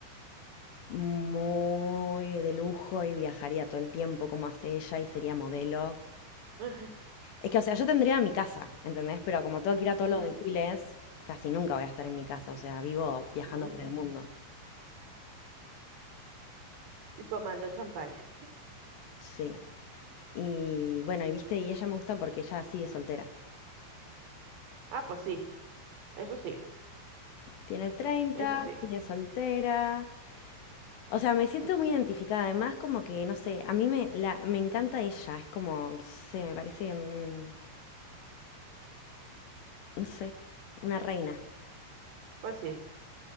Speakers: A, on the left; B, on the right.
A: muy de lujo y viajaría todo el tiempo como hace ella y sería modelo.
B: <laughs>
A: Es que, o sea, yo tendría mi casa, ¿entendés? Pero como tengo que ir a
B: Ujú,
A: todos los desfiles, casi nunca voy a estar en mi casa, o sea, vivo viajando
B: ujú.
A: por el mundo.
B: Y tomando champaña.
A: Sí. Y bueno, y viste, y ella me gusta porque ella sigue soltera.
B: Ah, pues sí, eso sí,
A: Tiene treinta,
B: eso sí,
A: sigue soltera. O sea, me siento muy identificada. Además, como que, no sé, a mí me, la, me encanta ella. Es como, no sé, me parece un- no sé, una reina.
B: pues sí,